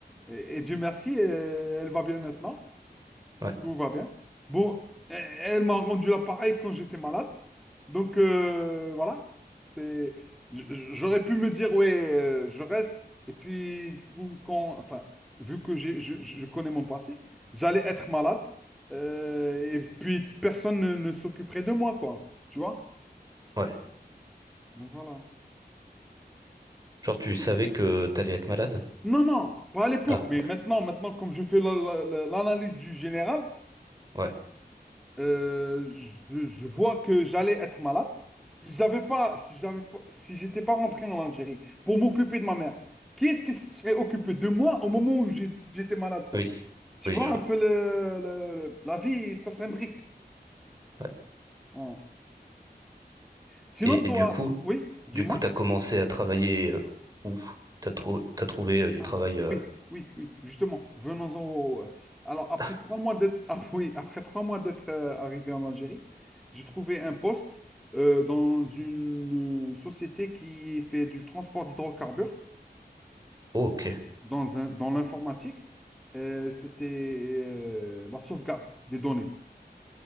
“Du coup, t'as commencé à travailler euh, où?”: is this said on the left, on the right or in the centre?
Right